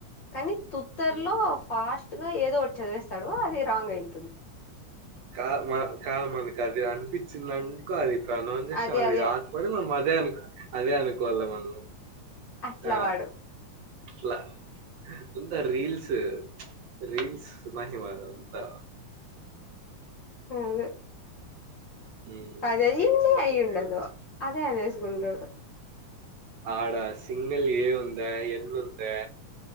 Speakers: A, on the left (about 55°); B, on the right (about 65°).
A: కానీ తుత్తర్లో
B: ఉమ్.
A: ఫాష్ ట్టుగా ఏదో ఒట్ చదివేస్తాడు అది రాంగ్ అయింది
B: కా మ కాదు మనకది అనిపిచిందన్ క్ అది ప్రనౌన్సేషన్
A: అదే
B: అది
A: అదే
B: కాకపోయిన మనం అదే అనుకో అదే అనుకోల్లా మనూ
A: అట్లా
B: ఆ
A: వాడు
B: ల్ల ఉంద రీల్స్ రీల్స్ మహిమదంతా
A: అదె
B: ఉమ్.
A: పదయ్యింది
B: రీల్స్ మహిమ.
A: అయ్యిండదు అదే అనేస్గుంటడు
B: ఆడా సిమ్మెల్ ఏ ఉందా ఎన్నుందా